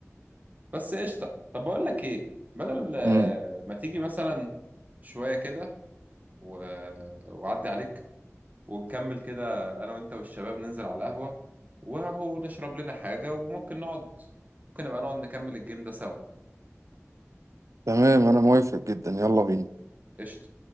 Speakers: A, on the right (about 30°); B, on the right (about 85°).
A: بس قشطة طب بقول لك إيه بدل آه،
B: أمم،
A: ما تيجي مثلا شوية كده و... وعدي عليك ونكمل كده أنا وأنت والشباب ننزل على القهوة وهو نشرب لنا حاجة وممكن نقعد ممكن نبقى نقعد نكمل الجيم ده سوا
B: تمام أنا موافق جدا يلا بينا
A: قشطة